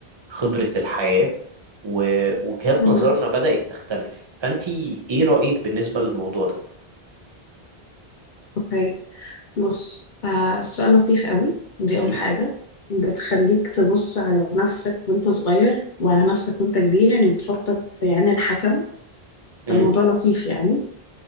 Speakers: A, on the right; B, on the left.
A: خبرة الحياة ووجهات
B: مهم.
A: نظرنا بدأت تختلف فأنتي إيه رأيك بالنسبة للموضوع ده؟
B: اوكي بص آه السؤال لطيف قوي دي اول
A: امم
B: حاجه بتخليك تبص على نفسك وانت صغير وعلى نفسك وانت كبير يعني بتحطك في عين الحكم
A: امم
B: فالموضوع لطيف يعني